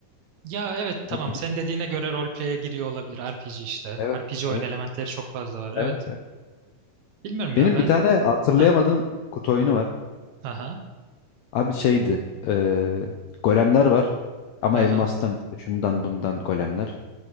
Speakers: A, on the right; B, on the left.
A: Ya evet tamam
B: Ay,
A: senin dediğine göre roleplay'e giriyor olabilir RPG işte.
B: Evet,
A: RPG oyun
B: evet,
A: elementleri çok fazla var. Evet.
B: evet.
A: Bilmiyorum
B: Benim
A: ya ben.
B: bir tane hatırlayamadığım
A: Ha
B: kutu oyunu var.
A: ha
B: Abi şeydi, eee, golemler var ama
A: ha.
B: elmastan
A: <laughs>
B: işte şundan bundan golemler.